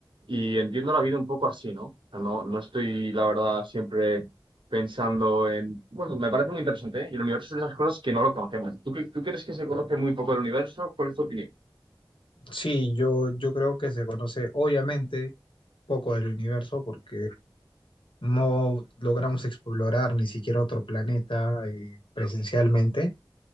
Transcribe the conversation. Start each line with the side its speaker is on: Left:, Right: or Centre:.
Right: y entiendo la vida un poco así, ¿no? O sea, no, no estoy, la verdad, siempre pensando en, bueno, me parece muy interesante, ¿eh? Y el universo es de las cosas que no lo conocemos. ¿Tú, cre- tú crees que se conoce muy poco el universo? ¿Cuál es tu opinión?
Left: Sí, yo, yo creo que se conoce obviamente poco del universo porque no logramos explorar ni siquiera otro planeta eh, presencialmente,